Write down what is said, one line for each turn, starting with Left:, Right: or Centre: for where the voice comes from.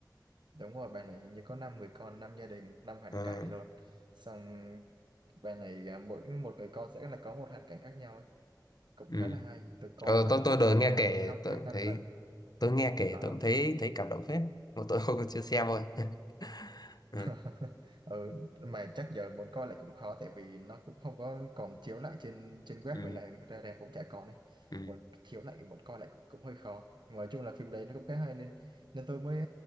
Right: đúng rồi bà này hình như có năm người con năm gia đình năm hoàn
Left: Ờ,
Right: cảnh luôn xong bài này à, mỗi một người con sẽ là có một hoàn cảnh khác nhau cũng
Left: ừ.
Right: khá là hay tôi coi
Left: Ờ,
Right: năm
Left: tôi tôi
Right: gia
Left: được
Right: đình
Left: nghe
Right: là
Left: kể
Right: tôi khóc
Left: tôi
Right: hết
Left: cũng
Right: năm
Left: thấy
Right: lần
Left: tôi nghe kể
Right: ờ
Left: tôi cũng thấy thấy cảm động phết mà tôi không có chưa xem thôi. <laughs> ừ.
Right: <laughs> ừ, mà chắc giờ muốn coi lại cũng khó tại vì nó cũng không có còn chiếu lại trên trên web
Left: Ừ.
Right: hay là ra rạp cũng chả còn này
Left: Ừ.
Right: muốn chiếu lại muốn coi lại cũng cũng hơi khó Nhưng mà nói chung là phim đấy nó cũng khá hay nên nên tôi mới